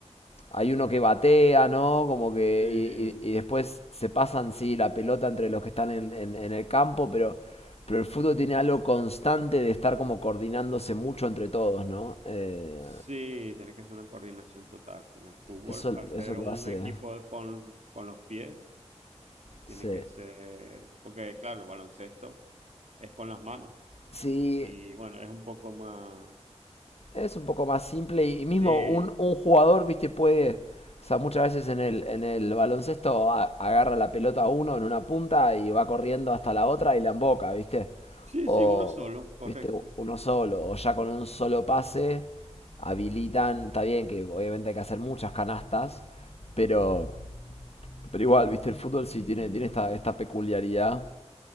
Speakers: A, on the left (about 60°); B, on the right (about 75°).
A: hay uno que batea, ¿no? Como que.
B: Sí,
A: Y, y- y después se pasan, sí, la pelota entre los que están en, en- en el campo, pero, pero el fútbol tiene algo constante de estar como coordinándose mucho entre todos, ¿no? Eh,
B: Sí, tiene que ser una coordinación total. En el fútbol,
A: eso,
B: al ser
A: eso lo
B: un
A: hace.
B: equipo de- con, con los pies, tiene
A: Sí.
B: que ser, porque claro, el baloncesto es con las manos.
A: Sí,
B: Y bueno, es un poco más...
A: Es un poco más simple y mismo
B: Sí,
A: un, un jugador, viste, puede, o sea, muchas veces en el, en el baloncesto a- agarra la pelota a uno en una punta y va corriendo hasta la otra y la emboca, viste.
B: sí,
A: O,
B: sí, uno solo, correcto.
A: viste, uno solo, o ya con un solo pase habilitan, está bien que obviamente hay que hacer muchas canastas, pero, pero igual, viste, el fútbol sí tiene, tiene esta, esta peculiaridad